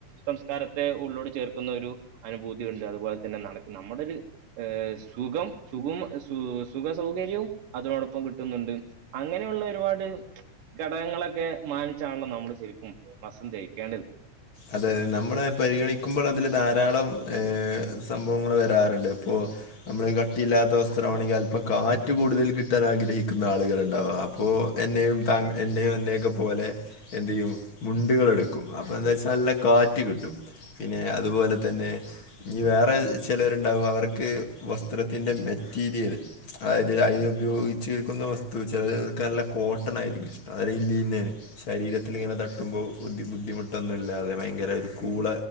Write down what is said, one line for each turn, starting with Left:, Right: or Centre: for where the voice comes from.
Right: സംസ്കാരത്തെ ഉള്ളോട് ചേർക്കുന്ന ഒരു അനുഭൂതി ഉണ്ട് അതുപോലെ തന്നെ നട നമ്മുടെര്. ഏഹ് സുഖം സുഖും സു സുഖ സൗകര്യവും അതോടൊപ്പം കിട്ടുന്നുണ്ട്. അങ്ങനെയുള്ള ഒരുപാട്. ഘടകങ്ങളൊക്കെ മാനിച്ചാണല്ലോ നമ്മൾ ശരിക്കും വസ്ത്രം ധരിക്കേണ്ടത്.
Left: അതെ അതെ നമ്മളെ പരിഗണിക്കുമ്പൾ അതില് ധാരാളം ഏ സംഭവങ്ങൾ വരാറുണ്ട് പ്പോ. നമ്മള് കട്ടില്ലാത്ത വസ്ത്രമാണെങ്കി അല്പ്പം കാറ്റ് കൂടുതൽ കിട്ടാൻ ആഗ്രഹിക്കുന്ന ആളുകൾണ്ടാവ അപ്പോ. എന്നെയും താ എന്നെയും എന്നെയൊക്കെ പോലെ എന്തെയും മുണ്ടുകളെടുക്കും അപ്പോ ന്താച്ചാ. നല്ല കാറ്റ് കിട്ടും പിന്നെ അതുപോലെ തന്നെ. ഇനി വേറെ ചിലരുണ്ടകും അവർക്ക് വസ്ത്രത്തിൻ്റെ മെറ്റീരിയല്. ആയത് അയ്ൽ ഉപയോഗിച്ചിരിക്കുന്ന വസ്തു ചലോക് നല്ല കോട്ടൺ ആയിരിക്കും ഇഷ്- അരെ ഇല്ല ഇന്നേന് ശരീരത്തില് ങ്ങനെ തട്ടുമ്പോ ബുദ്ധി ബുദ്ധിമുട്ടന്ന്. ല്ലാതെ ഭയങ്കര ഒരു കൂള